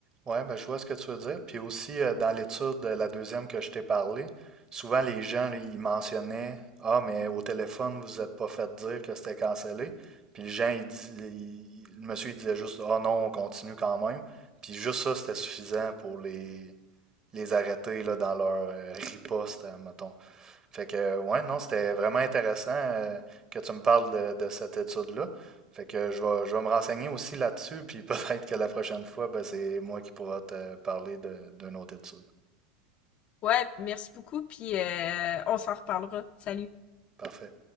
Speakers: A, on the right; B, on the left.
A: Ouais, ben je vois ce que tu veux dire. Puis aussi, euh, dans l'étude, euh, la deuxième que je t'ai parlé, souvent les gens, là, ils mentionnaient Ah, mais au téléphone, vous n'êtes pas fait dire que c'était cancellé. Puis les gens, ils dis- ils- le monsieur, il disait juste Ah non, on continue quand même. Puis juste ça, c'était suffisant pour les, les arrêter là, dans leur euh, riposte, hein, mettons. Fait que, ouais, non, c'était vraiment intéressant euh, que tu me parles de, de cette étude-là. Fait que je vais, je vais me renseigner aussi là-dessus, puis <laughs> peut-être que la prochaine fois, ben, c'est moi qui pourra te parler de, d'une autre étude.
B: Ouais, merci beaucoup, puis euh, on s'en reparlera. Salut!
A: Parfait.